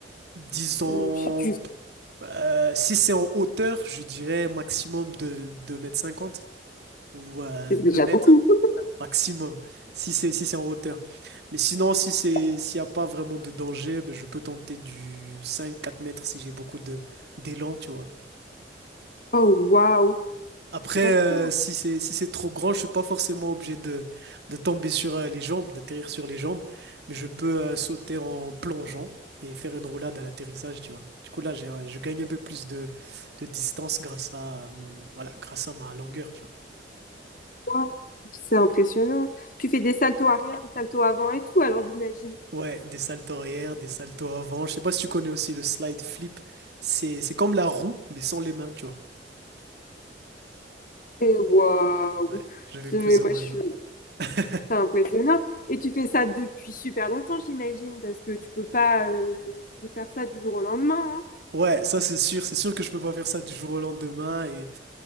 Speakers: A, on the right; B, on the left.
A: disons,
B: Euh, je sais
A: euh, si c'est en hauteur, je dirais maximum de 2 mètres 50 ou euh,
B: C'est
A: 2
B: déjà
A: mètres.
B: beaucoup. <laughs>
A: maximum, si c'est si c'est en hauteur. Mais sinon, si c'est s'il n'y a pas vraiment de danger, ben, je peux tenter du cinq quatre mètres si j'ai beaucoup de d'élan, tu vois.
B: Oh, waouh.
A: Après,
B: D'accord.
A: euh, si c'est si c'est trop grand, je suis pas forcément obligé de, de tomber sur euh, les jambes, d'atterrir sur les jambes, mais je peux euh, sauter en plongeant et faire une roulade à l'atterrissage, tu vois. Du coup, là, j'ai, un- je gagne un peu plus de, de distance grâce à, euh, voilà, grâce à ma longueur, tu vois.
B: Waouh. C'est impressionnant. Tu fais des saltos arrière, des saltos avant et tout, alors j'imagine.
A: Ouais, des saltos arrière, des saltos avant. Je sais pas si tu connais aussi le slide flip. C'est, c'est comme la roue, mais sans les mains, tu vois.
B: Et waouh.
A: Ouais, je vais
B: Je-
A: plus
B: Mais
A: ou
B: moi,
A: moins
B: je suis...
A: ça. <laughs>
B: C'est impressionnant. Et tu fais ça depuis super longtemps, j'imagine, parce que tu peux pas euh, faire ça du jour au lendemain. hein.
A: Ouais, ça c'est sûr. C'est sûr que je peux pas faire ça du jour au lendemain. Et